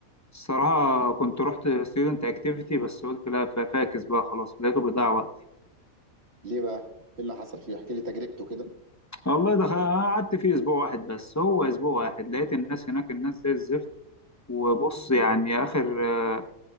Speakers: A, on the left (about 20°); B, on the right (about 50°).
A: الصراحة كنت رحت ستودنت اكتيفيتي بس قلت لا ف- فاكس بقى خلاص لقيته بيضيع وقت
B: ليه بقى ايه اللي حصل فيه احكي لي تجربته كده
A: والله دخل أنا قعدت فيه اسبوع واحد بس هو اسبوع واحد لقيت الناس هناك الناس زي الزفت وبص يعني اخر آه،